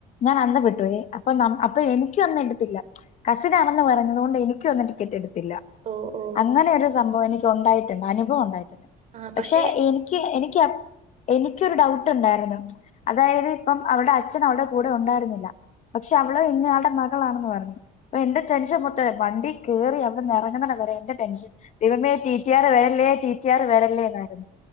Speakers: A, on the left; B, on the right.
A: ഞാൻ അന്തപ്പെട്ടു അപ്പൊ നം അപ്പൊ എനിക്കു അന്നെടുത്തില്ല കസിനാണെന്ന് പറഞ്ഞത് കൊണ്ട് എനിക്കു അന്ന് ടിക്കറ്റ് എടുത്തില്ല.
B: ഓഹ്! ഓഹ്!
A: അങ്ങനൊരു സംഭവെനിക്ക് ഉണ്ടായിട്ടുണ്ട് അനുഭവം ഉണ്ടായിട്ടുണ്ട്
B: ആ പക്ഷേ
A: പക്ഷെ എനി ക്ക് എനിക്ക് അപ്പ് എനിക്കൊരു ഡൗട്ട്ണ്ടാരുന്നു അതായത് ഇപ്പം അവടെ അച്ഛൻ അവടെ കൂടെ ഉണ്ടാരുന്നില്ല. പക്ഷെ അവള് ഇന്നയാളുടെ മകളാണെന്ന് പറഞ്ഞു. പ്പൊ എന്റെ ടെൻഷൻ മൊത്തേ വണ്ടി കേറി അവിടെന്നിറങ്ങുന്നിടം വരെ എന്റെ ടെൻഷൻ ദൈവമേ ടി ടി ആർ വരല്ലേ ടി ടി ആർ വരല്ലേന്നായിരുന്നു.